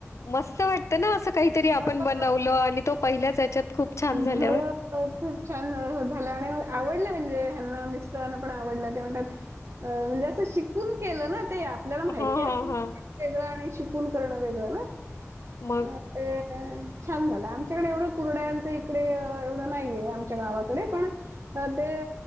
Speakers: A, on the left; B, on the right.
A: मस्त वाटतं ना, असं काहीतरी आपण
B: हो.
A: बनवलं आणि तो पहिल्याच ह्याच्यात खूप छान
B: हो,
A: झाल्यावर?
B: खूप छान झालं आणि आवडलं म्हणजे, ह्यांना मिस्टरांना पण आवडलं ते म्हणतात म्हणजे असं शिकून केलं ना. ते आपल्याला माहिती
A: हां,
B: असेल
A: हां, हां.
B: वेगळं आणि शिकु शिकून करणं वेगळं ना.
A: मग
B: हा ते. हो, छान! झाला आणि त्याच्याकडे एवढं कुरडयांच इकडे एवढं नाहीये, आमच्या गावाकडे पण ते